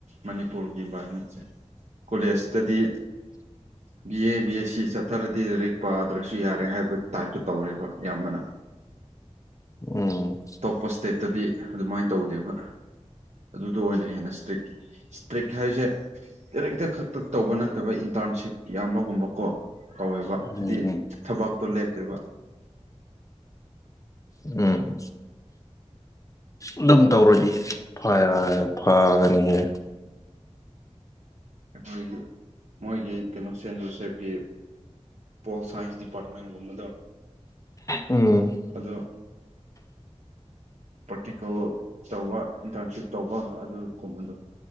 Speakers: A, on the right; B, on the left.
A: ꯃꯅꯤꯄꯨꯔꯒꯤ ꯏꯟꯚꯥꯏꯔꯣꯟꯃꯦꯟꯁꯦ꯫ ꯀꯣꯂꯦꯖꯇꯗꯤ
B: <unintelligible>
A: B A B S C ꯆꯠꯊꯔꯗꯤ ꯂꯥꯏꯔꯤꯛ ꯄꯥꯗ꯭ꯔꯁꯨ ꯌꯥꯔꯦ ꯍꯥꯏꯕ ꯇꯥꯏꯞꯇꯨ ꯇꯧꯔꯦꯕ ꯑꯌꯥꯝꯕꯅ꯫
B: ꯎꯝ
A: ꯄꯣꯁꯇꯦꯠꯇꯗꯤ ꯑꯗꯨꯃꯥꯏꯟ ꯇꯧꯗꯦꯕ꯫ ꯑꯗꯨ ꯑꯣꯏꯅ ꯍꯦꯟꯅ ꯏꯁꯇ꯭ꯔꯤꯛ ꯏꯁꯇ꯭ꯔꯤꯛ ꯍꯥꯏꯁꯦ ꯂꯔꯤꯛꯇ ꯈꯛꯇ ꯇꯧꯕ ꯅꯠꯇꯕ ꯏꯟꯇꯔꯟꯁꯤꯞ ꯌꯥꯝꯕꯒꯨꯝꯕ ꯀꯣ꯫ ꯇꯧꯋꯦꯕ
B: ꯎꯝ
A: ꯍꯥꯏꯗꯤ ꯊꯕꯛꯇꯣ ꯂꯦꯞꯇꯦꯕ꯫
B: ꯎꯝ ꯑꯗꯨꯝ ꯇꯧꯔꯣꯗꯤ ꯐ ꯐꯒꯅꯤꯍꯦ꯫
A: ꯑꯈꯣꯏꯒꯤ ꯃꯣꯏꯒꯤ ꯀꯩꯅꯣ ꯁꯦꯟ ꯖꯨꯁꯦꯞꯒꯤ ꯄꯣꯜ ꯁꯥꯏꯟꯁ ꯗꯤꯄꯥꯔꯠꯃꯦꯟꯒꯨꯝꯕꯗꯣ
B: ꯎꯝ
A: ꯑꯗꯣ ꯄ꯭ꯔꯥꯛꯇꯤꯀꯦꯜ ꯇꯧꯕ ꯏꯟꯇꯔꯟꯁꯤꯞ ꯇꯧꯕ ꯑꯗꯨꯒꯨꯝꯕꯗꯣ